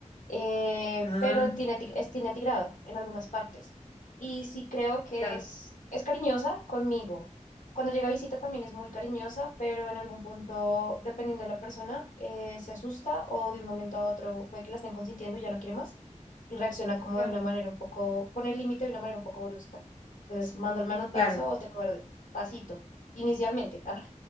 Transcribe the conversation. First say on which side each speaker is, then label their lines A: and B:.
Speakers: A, on the left (about 80°); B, on the left (about 50°).
A: eh,
B: Ah,
A: pero tiene, ati- es- tiene atigrado en algunas partes. Y sí creo que
B: claro,
A: es, es cariñosa conmigo. Cuando llega a visita también es muy cariñosa, pero en algún punto, dependiendo de la persona, eh, se asusta o de un momento a otro puede que la estén consintiendo y ya no quiere más y reacciona como
B: claro,
A: de una manera un poco, pone el límite de una manera un poco brusca. Entonces, manda el manotazo
B: claro.
A: o te muerde, tacito, inicialmente. <laughs> ah,